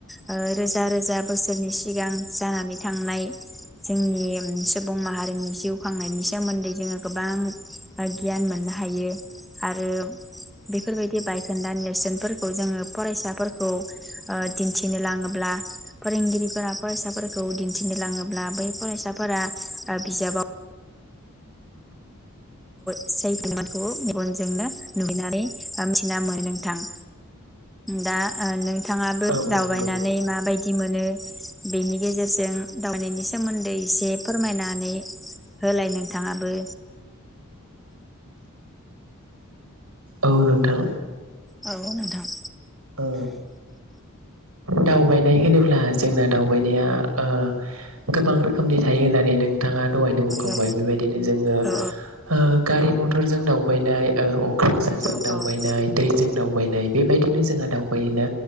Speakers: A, in the centre; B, on the right.
A: ओ रोजा - रोजा बोसोरनि सिगां जानानै थांनाय जोंनि सुबुं माहारिनि जिउ खांनायनि सोमोन्दै जोङो गोबां ओ गियान मोननो हायो। आरो बेफोरबायदि बायखोन्दा नेरसोनफोरखौ जोङो फरायसाफोरखौ ओ दिन्थिनो लाङोब्ला फोरोंगिरिफोरा फरायसाफोरखौ दिन्थिनो लाङोब्ला बै फरायसाफोरा ओ बिजाबाव <unintelligible> मेगनजोंनो नुहैनानै मिथिना मोनो नोंथां। दा ओ नों थाङाबो
B: औ औ
A: दावबायनानै
B: नंगौ
A: माबायदि मोनो? बेनि गेजेरजों दावबायनायनि सोमोन्दै एसे फोरमायनानै होलाय नोंथाङाबो।
B: औ नोंथां।
A: औ नोंथां।
B: ओ दावबायनाय होनोब्ला जोंना दावबायनाया ओ गोबां रोखोमनि थायो होननानै नोंथाङा दहायनो बुंखांबाय
A: औ
B: बेबायदिनो जोङो
A: औ
B: हो गारि म फोरजों दावबायनाय ओ अक अख्रां साजों
A: औ
B: दावबायनाय
A: औ
B: दैजों दावबायनाय बेबायदिनो जोंहा दाव यैनो